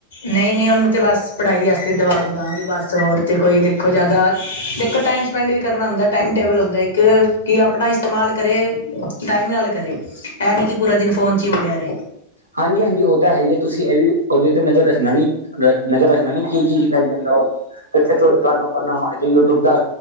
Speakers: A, on the left; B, on the right.
A: ਨਈਂ-ਨਈਂ ਓਨੂੰ ਤੇ ਬਾੱਸ ਪਢਾਈ ਆ ਤੇ ਦਵਾ ਕੇ ਦਾਂਗੇ ਬਾੱਸ ਹੋਰ ਤੇ ਕੋਈ ਦੇਖੋ ਜਾਦਾ, ਦੇਖੋ ਟਾਈਮ ਸਪੈਂਡ ਵੀ ਕਰਨਾ ਹੁੰਦੈ, ਟਾਈਮ ਟੇਬਲ ਹੁੰਦੈ ਇੱਕ ਕੇ ਕਿ ਅਪਣਾ ਇਸਤੇਮਾਲ ਕਰੇ, ਟਾਈਮ ਨਾਲ ਕਰੇ ਐ ਨੀ ਕਿ ਪੂਰਾ ਦਿਨ ਫੋਨ ਚ ਈ ਵੜੇਆ ਰਏ।
B: ਹਾਂਜੀ-ਹਾਂਜੀ ਓ ਤਾਂ ਹੈ ਈ ਐ। ਤੁਸੀ ਐ ਵੀ ਓਦੇ ਤੇ ਨਜਰ ਰੱਖਣਾ ਨੀ। ਨ ਨਜਰ ਰੱਖਣਾ ਨਈ ਕੀ ਕੀ ਚੀਜ ਚਲਾਈ ਜਾਂਦਾ ਓ, ਕਿੱਥੇ ਤੁਆਨੂੰ ਬਾਨਾ ਮਾਰ ਜੇ ਯੂਟਿਊਬ ਦਾ